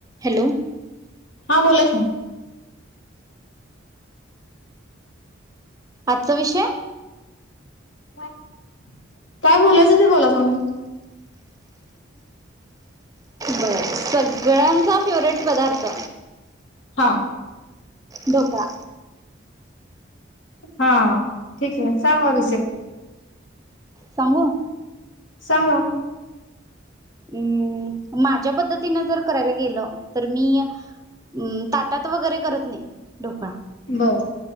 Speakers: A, on the right; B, on the left.
A: Hello
B: हा बोला की
A: आजचा विषय
B: <unintelligible> काय? बोलायच ते बोला तुम्ही
A: बर सगळ्यांचा फेवरेट पदार्थ
B: हा
A: डोकळा
B: हा ठीक आहे. सांबर
A: सांगू
B: सांगा.
A: हम् माझ्या पद्धतीने जर करायला गेलं. तर मी ताटात वगैरे करत नाही. ढोकळा
B: बरं